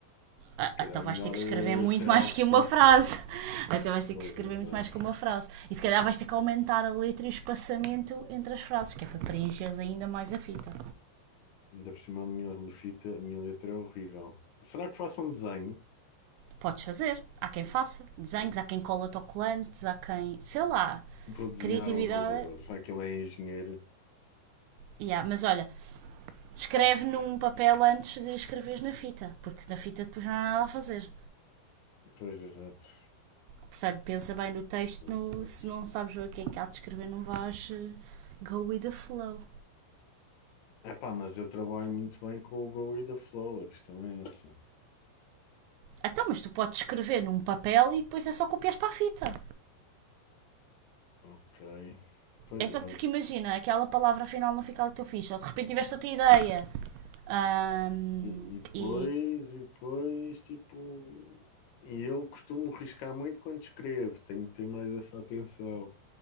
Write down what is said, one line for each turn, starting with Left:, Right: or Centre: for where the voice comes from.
Right: Ah,
Left: Se calhar
Right: então
Left: é
Right: vais
Left: melhor
Right: ter que escrever
Left: eh,
Right: muito
Left: ser
Right: mais
Left: algo
Right: que
Left: extenso.
Right: uma frase. <laughs> Ah, Então vais ter
Left: Pois,
Right: que escrever
Left: exato.
Right: muito mais que uma frase. E se calhar vais ter que aumentar a letra e o espaçamento entre as frases, que é para preencheres ainda mais a fita.
Left: Ainda por cima a minha lefita, a minha letra é horrível. Será que faço um desenho?
Right: Podes fazer. Há quem faça desenhos,
Left: Pô,
Right: há quem cola autocolantes, há quem. sei lá.
Left: Vou desenhar
Right: Criatividade.
Left: um elevador, já que ele é engenheiro.
Right: Yeah, mas olha, escreve num papel antes de escreveres na fita, porque na fita depois não há nada a fazer.
Left: Pois, exato.
Right: Portanto, pensa bem no texto,
Left: Exato.
Right: no- se não sabes o que é que há de escrever, não vais eh, go with the flow.
Left: Epá, mas eu trabalho muito bem com o Go e da Flow, a questão é essa.
Right: Então, mas tu podes escrever num papel e depois é só copias para a fita.
Left: Ok. Pois,
Right: É
Left: exato.
Right: só porque imagina, aquela palavra final não fica ali que tu fiz, ou de repente tiveste outra ideia. Ahm,
Left: E, e depois,
Right: e.
Left: e depois, tipo... E eu costumo riscar muito quando escrevo, tenho que ter mais essa atenção.